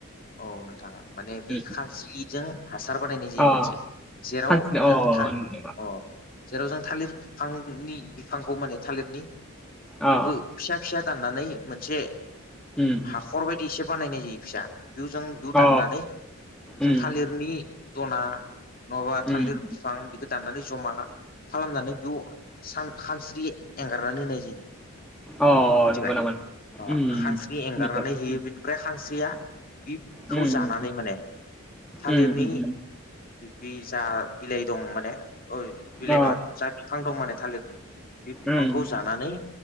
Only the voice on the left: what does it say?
औ नोंथां माने बे
खानस्रिजों हासार बानायनाय जायो
मोनसे जेराव
जों <unintelligible>
अ जेराव जों थालिर बिफांनि बिफांखौ माने थालिरनि
बेबो फिसा फिसा दाननानै मोनसे
हाखर बायदि एसे बानायनाय जायो फिसा <unintelligible>
दाननानै
जों थालिरनि दना नङाबा थालिर
बिफां बि दाननानै जमा खालामनानै बेयाव खानस्रि एंगारनानै होनाय जायो
मिथिबाय
खानस्रि एंगारनानै
होयो बेनिफ्राय खानस्रिया बिखौ
जानानै माने थालिरनि
बे जा बिलाइ दं माने बिलाइ
नङा जा बिफां दं माने थालिरनि बे बिफांखौ
जानानै